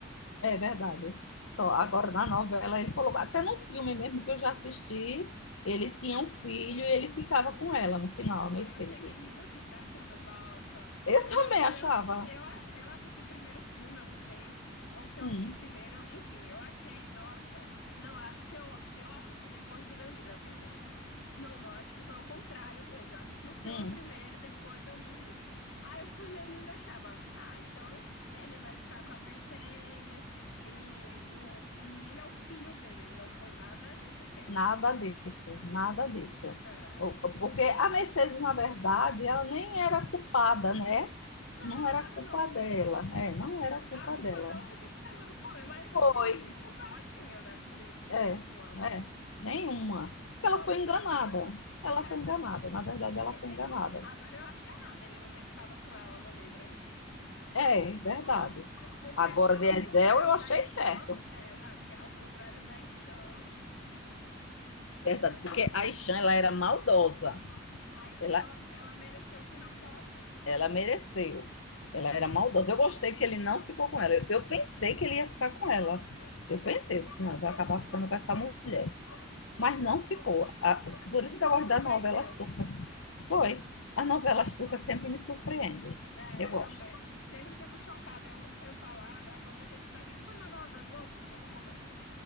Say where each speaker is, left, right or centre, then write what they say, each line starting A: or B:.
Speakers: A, on the left (about 85°); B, on the left (about 65°).
A: é verdade. Só agora na novela ele colocou, até no filme mesmo que eu já assisti, ele tinha um filho e ele ficava com ela no final,
B: Pô,
A: a Mercedes.
B: eu cheguei me iludindo, achando, nossa,
A: Eu
B: porque
A: também
B: eu,
A: achava,
B: eu, eu, ach- eu assisti primeiro o filme, eu não sei, ou se
A: hum,
B: eu li primeiro, enfim, eu achei, nossa, não, acho que eu, eu assisti depois de ler o livro, eu pensei, não, não, acho que foi o contrário mesmo, eu assisti o filme
A: hum,
B: primeiro e depois eu li o livro. Aí eu fui ler o livro e achava, ah, então ele vai ficar com a Mercedes e o, o menino é o filho dele, não foi nada disso, eu fiquei
A: nada
B: em choque.
A: disso, nada disso.
B: É,
A: O- o- Porque a Mercedes, na verdade, ela nem era culpada, né?
B: não,
A: Não era
B: não era
A: culpa
B: não.
A: dela, é, não era culpa
B: A culpa
A: dela.
B: dela foi ter se casado com ele, mas,
A: Foi,
B: tipo, que culpa ela tinha, né? Por isso, nenhuma.
A: É, é, nenhuma. Porque
B: Ela
A: ela foi
B: não sabia,
A: enganada. Ela
B: é.
A: foi enganada. Na verdade, ela
B: Ele
A: foi enganada.
B: não. Agora eu acho errado ele não ter ficado com ela no livro, hein?
A: É, verdade.
B: Porque,
A: Agora, de
B: ao
A: Ezel,
B: contrário
A: eu achei
B: da Ishan,
A: certo.
B: é, não, porque ao contrário da Ishan,
A: Verdade, porque a Ishan, ela era maldosa.
B: a Ishan,
A: Ela,
B: ela, ela mereceu o final que ela teve.
A: ela mereceu. Ela era maldosa. Eu gostei que ele não ficou com ela. Eu, eu pensei que ele ia ficar com ela. Eu pensei, disse, não, vai acabar ficando com essa mulher. Mas não ficou. A- Por isso
B: Isso
A: que eu
B: me
A: gosto
B: surpreendeu,
A: das novelas turcas. Foi. As novelas turcas sempre me surpreendem.
B: né?
A: Eu gosto.
B: Também. Sempre fico chocada. Eu, eu falo, ah, vai acontecer isso daqui. Tipo a novela da Globo, nunca acontece.